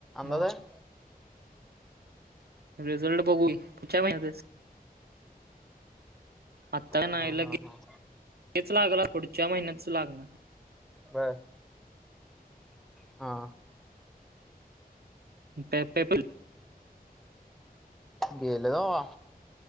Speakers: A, in the centre; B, on the right.
A: अंदाज
B: मग
A: आहे.
B: रिझल्ट बघू की पुढच्या महिन्यातसऽ आता नाही
A: हा
B: ला
A: हा
B: गेच
A: हा
B: लागल, पुढच्या महिन्यातच लागणार.
A: बर. हा
B: पेपल
A: गेलं ग